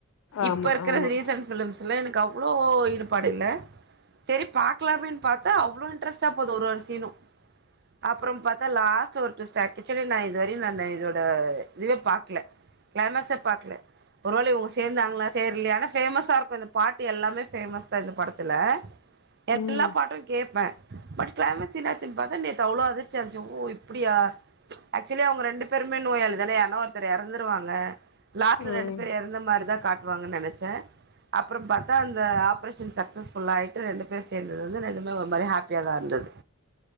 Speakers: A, on the left; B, on the right.
A: ஆமா
B: இப்ப இருக்கற
A: ஆமா
B: ரீசன்ட் ப்லிம்ஸ் ல்ல எனக்கு அவ்ளோ ஈடுபாடு இல்ல சரி பாக்கலாமேனு பாத்தா அவ்ளோ இன்ட்ரெஸ்ட்டா போது ஒரு ஒரு சீனும் அப்புறம் பார்த்தா லாஸ்ட் ஒரு டுவிஸ்டு ஆட்சுலி நான் இதுவரையும் நான் இதோட இதுவே பாக்கல கிளைமேக்ஸ் பாக்கல ஒருவேளை இவுங்க சேர்ந்தாங்களா சேரி இல்லையா ஆனா ஃபேமஸா இருக்கும் இந்த பாட்டு எல்லாமே ஃபேமஸ் தான் இந்த படத்துல எல்லா
A: ம்
B: பாட்டும் கேட்பேன் பட் கிளமசீனாச்சன் பார்த்தா ந அவ்ளோ அதிர்ச்சியாருந்த்ச்சு ஓ இப்படியா ஆக்சுவலி அவங்க ரெண்டு பேருமே நோயாளி தானே ன்னா ஒருத்தர் எறந்துருவாங்க லாஸ்ட்ல
A: ம்
B: ரெண்டு பேரும் இறந்த மாரிதான் காட்ட ட்வாங்க நெனைச்சே அப்புறம் பாத்தா அந்த ஆப்ரேஷன் சக்சஸ்ஃபுல் ஆயிட் ட்டு ரெண்டு பேர் சேந்தது வந்து நிஜமா ஒரு மாரி ஹாப்பியா தா இருந்தது